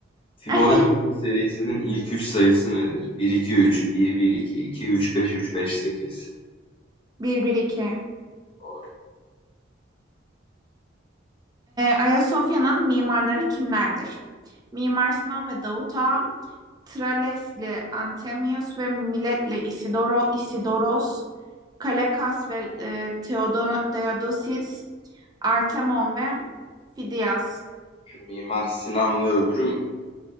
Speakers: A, on the left; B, on the right.
A: Fibonacci
B: <laughs>
A: serisinin ilk 3 sayısı nedir? 1 2 3 1 1 2 2 3 5 3 5 8.
B: Bir 1 2
A: Doğru.
B: Ayasofya'nın mimarları kimlerdir? Mimar Sinan ve Davut Ağa, Trales'le Antemius ve Milet'le Isidoro, Isidoros, Kalekas ve e, Theodono- Theodosis, Artemon ve Fidias.
A: Şu Mimar Sinan ve öbürü mü?